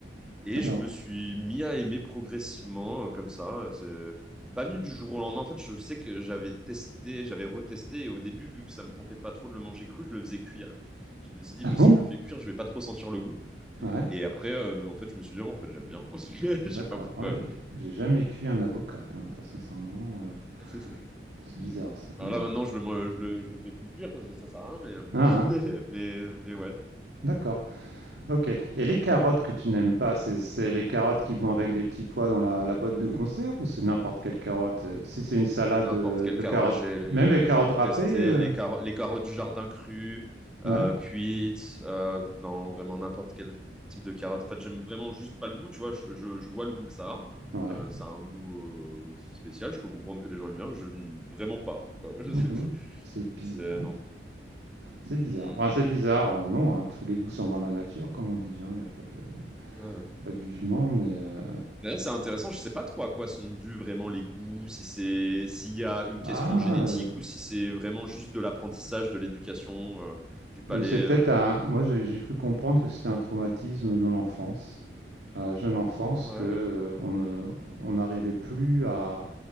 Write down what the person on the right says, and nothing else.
Alors.
Ah
bon?
Ouais.
D'accord.
Ah ouais, j'ai j'ai jamais cuit un avocat, hein, très sincèrement. euh,
c'est bizarre ça comme
idée.
Ah, ah.
D'accord. OK. Et les carottes que tu n'aimes pas, c'est c'est les carottes qui vont avec les petits pois dans la, la boîte de concert ou c'est n'importe quelle carotte? euh, Si c'est une salade
euh,
de
carottes,
même les carottes
râpées,
euh,
ouais,
ouais.
Mhm.
C'est bizarre.
C'est bizarre.
Enfin, c'est bizarre, euh, non, hein, tous les goûts sont dans la nature, comme on dit, hein. il n'y a pas de,
pas de jugement, mais euh,
ah,
euh,
oui, c'est peut-être
un. Moi, j'ai j'ai cru comprendre que c'était un traumatisme dans l'enfance. à jeune enfance
que euh, on ne- on n'arrivait plus à,